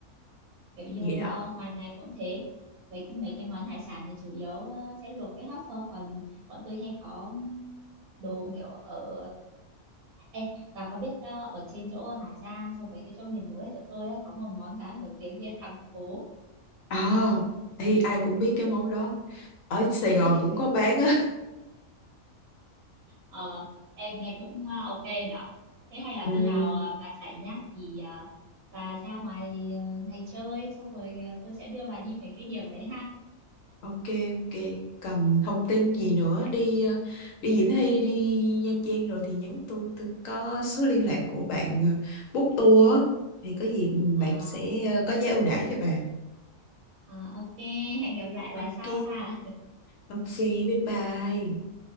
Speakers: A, on the right (about 75°); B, on the left (about 70°).
A: Kiểu như
B: vậy đó
A: ờ, ngoài này cũng thế. Mấy, mấy cái món hải sản thì chủ yếu ờ, sẽ luộc với hấp thôi. Còn bọn tôi hay có ừm, đồ kiểu ở... Ê, và có biết ờ, ở trên chỗ Hà Giang so với cái chỗ miền núi ở chỗ tôi ấy, có một món khá nổi tiếng kia thắng cố.
B: à ê, ai cũng biết cái món đó ở Sài
A: Ừ.
B: Gòn cũng
A: <laughs>
B: có bán á
A: Ờ, em nghe cũng ờ, ok nhở. Thế hay là
B: <laughs> ừ
A: khi nào ờ, bà rảnh nhá thì ờ, bà ra ngoài ờ, này chơi xong rồi ờ, tôi sẽ đưa bà đi mấy cái điểm đấy ha.
B: Ok, ok. Cần thông tin gì nữa đi ờ, đi Vĩnh Hy, đi Nha Trang rồi thì nhắn tôi, tôi có số liên lạc của bạn ờ, book tour á. thì có gì ừ,
A: Ờ,
B: bạn sẽ ờ, có giá ưu đãi cho bà.
A: ờ, ok, hẹn gặp lại
B: Ok,
A: bà sau ha.
B: ok, bye bye.